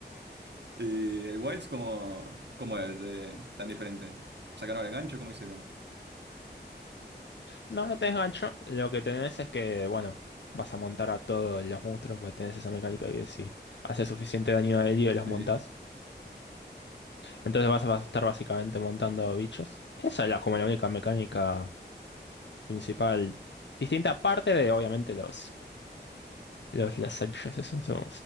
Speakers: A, on the right; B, on the left.
A: ¿Y el Wilds cómo, cómo es eh, tan diferente? ¿Sacaron el gancho? ¿Cómo hicieron?
B: No, no tenés gancho. Lo que tenés es que, bueno, vas a montar a todos los monstruos, pues tenés esa mecánica que si hace suficiente daño a herido los
A: Sí.
B: montás. Entonces vas a, vas a estar básicamente montando bichos. Esa es la, como la única mecánica principal. Distinta parte de, obviamente, los, los lazarillos, esos son